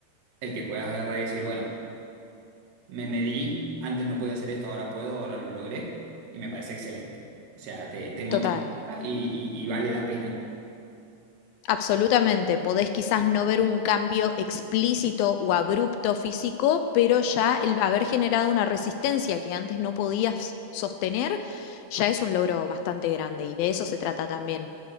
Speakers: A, on the right; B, on the left.
A: el que puedas agarrar y decir, bueno, me medí, antes no podía hacer esto, ahora puedo, ahora lo logré, y me parece excelente. O sea, te, te motiva
B: total.
A: y, y y vale la pena.
B: Absolutamente, podés quizás no ver un cambio explícito o abrupto físico, pero ya el haber generado una resistencia que antes no podías sostener, ya es un logro bastante grande y de eso se trata también.